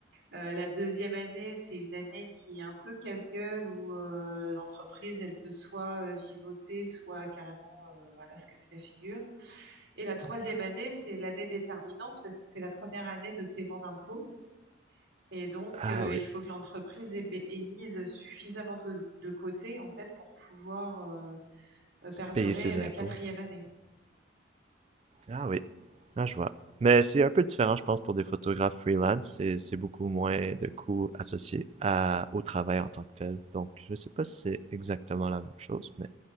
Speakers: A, on the right; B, on the right.
A: Euh, la deuxième année, c'est une année qui est un peu casse-gueule où euh, l'entreprise, elle peut soit euh, vivoter, soit carrément euh, voilà, se casser la figure. Et la troisième année, c'est l'année déterminante parce que c'est la première année de paiement d'impôts. Et donc,
B: Ah
A: euh,
B: oui,
A: il faut que l'entreprise ait, ait mise suffisamment de, de côté, en fait, pour pouvoir euh, perdurer
B: payer ses
A: la
B: impôts.
A: quatrième année.
B: Ah oui, ah je vois. Mais c'est un peu différent, je pense, pour des photographes freelance. C'est, c'est beaucoup moins de coûts associés à, au travail en tant que tel. Donc, je sais pas si c'est exactement la même chose, mais